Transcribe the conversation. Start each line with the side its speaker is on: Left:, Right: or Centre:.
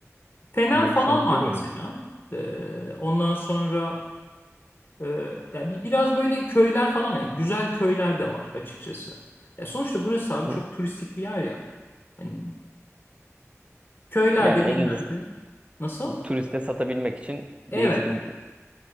Left: Fener
Right: Bunlar
Left: falan
Right: işten
Left: var
Right: geliyor
Left: mesela.
Right: mu?
Left: E, ondan sonra e, ya bir, biraz böyle köyler falan var. Güzel köyler de var açıkçası. Ya sonuçta burası abi
Right: Hı.
Left: çok turistik bir yer ya. Hani köylerde
Right: Yani
Left: genelde
Right: elinde
Left: nasıl?
Right: turiste satabilmek için
Left: Evet.
Right: değiştir